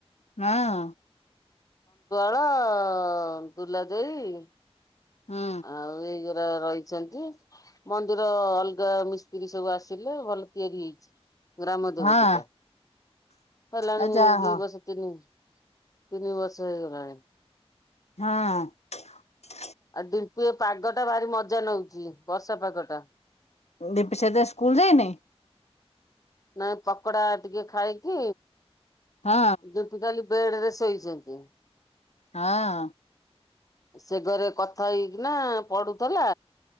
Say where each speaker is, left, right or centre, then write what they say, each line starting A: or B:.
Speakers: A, on the left; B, on the left.
A: ହଁ।
B: ଅ ଦୁଲା ଦେଇ
A: ହୁଁ
B: ଆଉ ଏଇଗ ର ରହିଛନ୍ତି। ମନ୍ଦିର ଅଲଗ୍ ଗାଁ ମିସ୍ତ୍ରୀ ସବୁ ଆସିଲେ ଭଲ ତିଆରି ହେଇଛି। ଗ୍ରାମ ଦେବତୀ
A: ହଁ
B: ଟା ହେଲାଣି
A: ଆ ଯାହା
B: ଦି ବର୍ସ ତିନି ତିନି ବର୍ଷ ହେଇଗଲାଣି।
A: ହଁ।
B: ଆଉ ଦିନପୁ ଏ ପାଗ ଟା ଭାରି ମଜା ନଉଛି ବର୍ଷା ପାଗ ଟା।
A: ଦିପ ସେ ତ ସ୍କୁଲ ଯାଇନି?
B: ନାଇ ପକୋଡା ଟିକେ ଖାଇକି
A: ହଁ
B: ଯେ କଲି ବେଡ ରେ ଶ ଶୋଇଛନ୍ତି।
A: ହଁ।
B: ସେ ଘରେ କଥା ହେଇକିନା ପଢୁଥିଲା।